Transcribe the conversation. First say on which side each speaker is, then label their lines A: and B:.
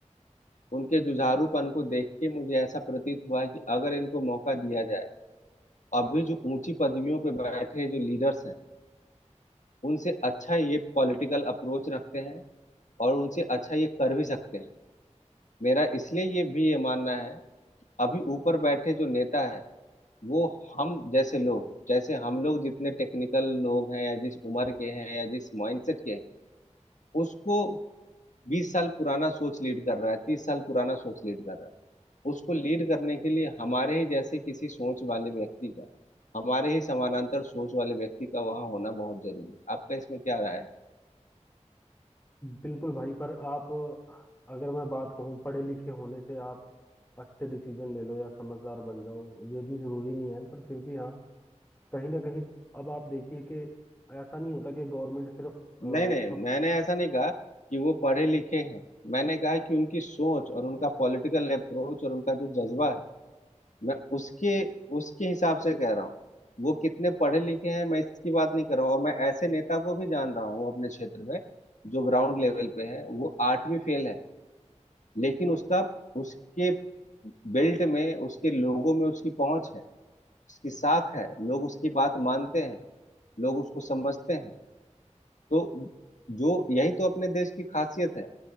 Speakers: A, on the left; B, on the left.
A: उनके जुझारूपन को देख के मुझे ऐसा प्रतीत हुआ है कि अगर इनको मौका दिया जाए अभी जो ऊंची पदवियों पर बैठे जो लीडर्स हैं उनसे अच्छा ये पॉलिटिकल अप्रोच रखते हैं और उनसे अच्छा ये कर भी सकते हैं मेरा इसलिए ये भी ये मानना है अभी ऊपर बैठे जो नेता है वो हम जैसे लोग जैसे हम लोग जितने टेक्निकल लोग हैं या जिस उम्र के हैं या जिस माइंडसेट के हैं उसको बीस साल पुराना सोच लीड कर रहा है तीस साल पुराना सोच लीड कर रहा है उसको लीड करने के लिए हमारे ही जैसे किसी सोच वाले व्यक्ति का हमारे ही समानांतर सोच वाले व्यक्ति का वहाँ होना बहुत जरूरी है आपका इसमें क्या राय है
B: बिल्कुल भाई पर आप अगर मैं बात कहूँ पढ़े लिखे होने से आप अच्छे डिसीजन ले लो या समझदार बन जाओ ये भी जरूरी नहीं है पर फिर भी हाँ कहीं ना कहीं अब आप देखिए कि ऐसा नहीं होता कि गवर्नमेंट सिर्फ अ,
A: नहीं नहीं
B: अब
A: मैंने ऐसा नहीं कहा कि वो पढ़े लिखे हैं मैंने कहा कि उनकी सोच और उनका पॉलिटिकल अप्रोच और उनका जो जज्बा है मैं उसके उसके हिसाब से कह रहा हूँ वो कितने पढ़े लिखे हैं मैं इसकी बात नहीं कर रहा हूँ और मैं ऐसे नेता को भी जान रहा हूँ अपने क्षेत्र में जो ग्राउंड लेवल पे है वो आठवीं फेल है लेकिन उसका उसके बेल्ट में उसके लोगों में उसकी पहुंच है उसकी साख है लोग उसकी बात मानते हैं लोग उसको समझते हैं तो जो यही तो अपने देश की खासियत है